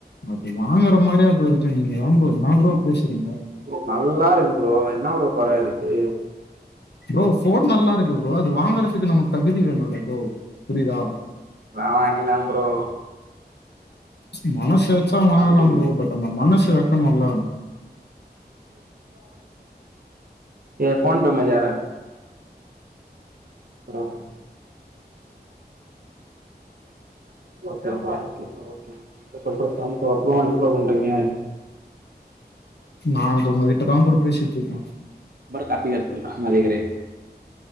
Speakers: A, on the left; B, on the right.
A: அது வாங்குற மாரியா ப்ரோ இருக்கு நீங்கதா ப்ரோ என்ன ப்ரோ பேசுறீங்க
B: ப்ரோ நல்லாருக்கு ப்ரோ என்ன ப்ரோ கொற இருக்கு
A: ப்ரோ ஃபோன் நல்லாருக்கு ப்ரோ அது வாங்குறதுக்கு நமக்கு தகுதி வேணுல்ல ப்ரோ புரியுதா
B: வேணா வாங்கில்லா ப்ரோ
A: ச் மனசு வச்சா வாங்கலா
B: செவன்டீன்
A: ப்ரோ பட் அந்த மனசு வெக்கணுல்ல
B: ரேய் ஃபோன் பேமெண்ட் ஜார ப்ரோ ஓகேப்பா ஓகேப்பா ஓகேப்பா நீங்க சொல்றதுதா ப்ரோ அப்ற என்ன ப்ரோ பண்றீங்க
A: நா இப்ப உங்ககிட்ட தா ப்ரோ பேசிட்ருக்க
B: நா பாட்டு கத்தி கத்திதா <unintelligible>